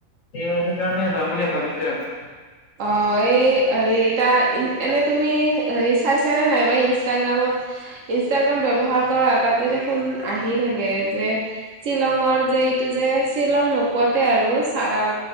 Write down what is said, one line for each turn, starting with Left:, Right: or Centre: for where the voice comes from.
Left: সেই সেই কাৰণে যাম বুলি ভাবিছোঁ এবাৰ।
Right: অ', এই হেৰি ইতা এনে তুমি হেৰি চাইছানে নাইবা ইনষ্টাগ্ৰামত ইনষ্টাগ্ৰাম ব্যৱহাৰ কৰা? তাতে দেখোন আহি থাকে যে শ্বিলংৰ যে এইটো যে শ্বিলং নোপোৱাতে আৰু চাৰাল